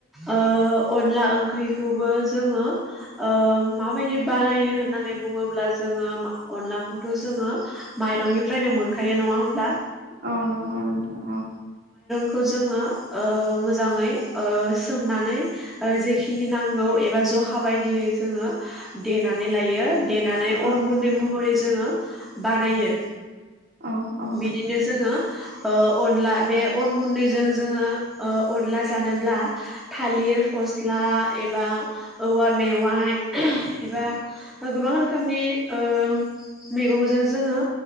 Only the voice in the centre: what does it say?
ओ अनला ओंख्रिखौबो जोङो ओ माबायदि बानायो होननानै बुङोब्ला जोङो अनलाखौथ' जोङो माइरंनिफ्रायनो मोनखायो नङा होनब्ला।
खौ जोङो ओ मोजाङै ओ सोमनानै ओ जेखिनि नांगौ एबा जखा बायदियै जोङो देनानै लायो। देनानै
अन गुन्दै महरै। जोङो बानायो।
बिदिनो जोङो। ओ अनला बे अन गुन्दैजों जोङो ओ अनला जानोब्ला थालिर फस्ला एबा औवा मेवाय एबा गोबां रोखोमनि ओ मैगंजों जोङो